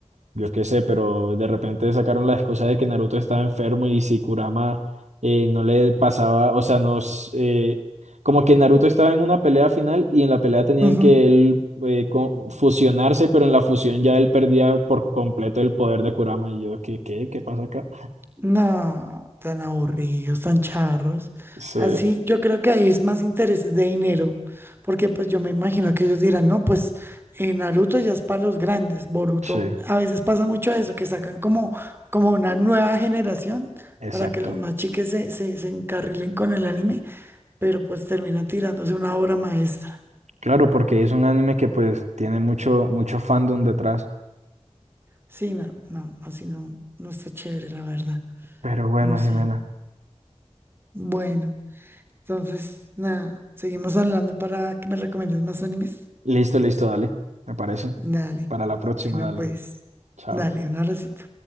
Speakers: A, on the right; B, on the right.
A: Yo qué sé, pero de repente sacaron la excusa de que Naruto estaba enfermo y si Kurama eh, no le pasaba, o sea, nos... eh, como que Naruto estaba en una pelea final y en la pelea tenían
B: Ujú.
A: que él eh, co- fusionarse, pero en la fusión ya él perdía por completo el poder de Kurama. Y yo, ¿qué, qué, qué pasa acá?
B: No, tan aburridos, tan charros.
A: Sí,
B: Así, yo creo que ahí es más intereses de dinero, porque pues yo me imagino que ellos dirán, no, pues eh, Naruto ya es para los grandes, Boruto,
A: sí,
B: a veces pasa mucho eso, que sacan como, como una nueva generación
A: exacto.
B: para que los más chiques se, se, se encarrilen con el anime, pero pues terminan tirándose una obra maestra.
A: Claro, porque es un anime que pues tiene mucho, mucho fandom detrás.
B: Sí, no, no, así no, no está chévere, la verdad,
A: Pero bueno,
B: no sé.
A: Jimena.
B: Bueno. Entonces, nada, seguimos hablando para que me recomiendes más animes.
A: Listo, listo, dale. Me parece.
B: Dale.
A: Para la próxima,
B: Bueno,
A: dale.
B: pues,
A: Chao.
B: dale, un abracito.